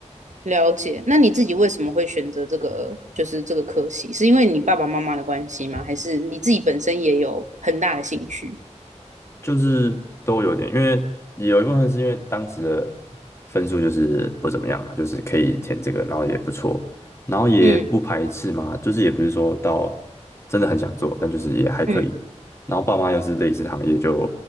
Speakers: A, on the right; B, on the left.
A: 了解。那你自己为什么会选择这个，就是这个科系？是因为你爸爸妈妈的关系吗？还是你自己本身也有很大的兴趣？
B: 就是都有点，因为有一部分是因为当时的分数就是不怎么样啊，就是可以填这个，然后也不错，然后也不排斥嘛，
A: 嗯
B: 就是也不是说到真的很想做，但就是也还可以。
A: 嗯，
B: 然后爸妈又是类似行业，就